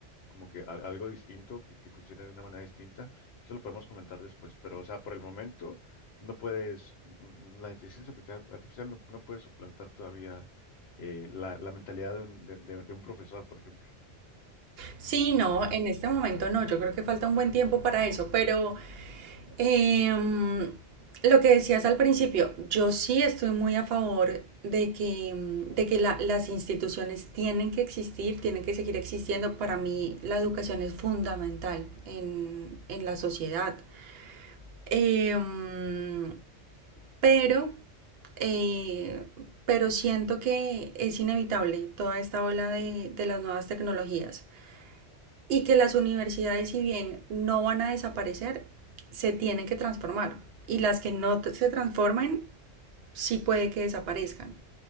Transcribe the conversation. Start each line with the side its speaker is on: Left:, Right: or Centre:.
Left: como que a- algo distinto, que, que funcione de una manera distinta. Eso lo podemos comentar después, pero, o sea, por el momento, no puedes, un- la inteligencia artificial, artificial no, no puede suplantar todavía eh, la, la mentalidad de un, de de- de un profesor, por ejemplo.
Right: Sí, no, en este momento no, yo creo que falta un buen tiempo para eso, pero... Em, lo que decías al principio, yo sí estoy muy a favor de que, em, de que la- las instituciones tienen que existir, tienen que seguir existiendo. Para mí la educación es fundamental en, en la sociedad. Em, pero, eh, pero siento que es inevitable toda esta ola de de las nuevas tecnologías y que las universidades, si bien no van a desaparecer, se tienen que transformar. Y las que no se transformen, sí puede que desaparezcan.